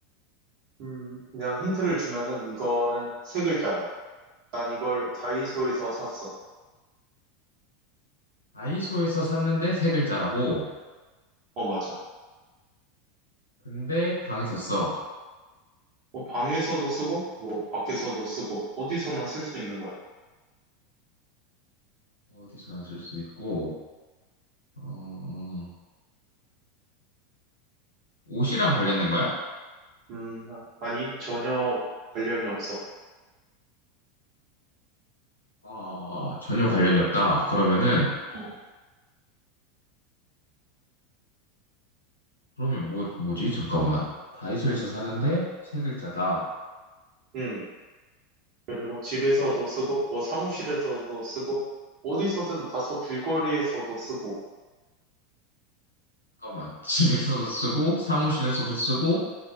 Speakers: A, on the right; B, on the left.
A: 음. 내가 힌트를 주면은, 이거는 세 글자야. 난 이걸 다이소에서 샀어.
B: 다이소에서 샀는데 세 글자라고?
A: 어, 맞아.
B: 근데 방에서 써.
A: 뭐, 방에서도 쓰고, 뭐, 밖에서도 쓰고, 어디서나 쓸 수 있는 거야.
B: 어디서나 쓸 수 있고, 어, 옷이랑 관련된 거야?
A: 음, 아니, 전혀 관련이 없어.
B: 아, 전혀 관련이 없다. 그러면은
A: 어.
B: 그러면 뭐, 뭐지? 잠깐만. 다이소에서 사는데 세 글자다.
A: 음. 그리고 집에서도 쓰고, 뭐 사무실에서도 쓰고, 어디서든 다소 길거리에서도 쓰고,
B: 잠깐만. <laughs> 집에서도 쓰고, 사무실에서도 쓰고,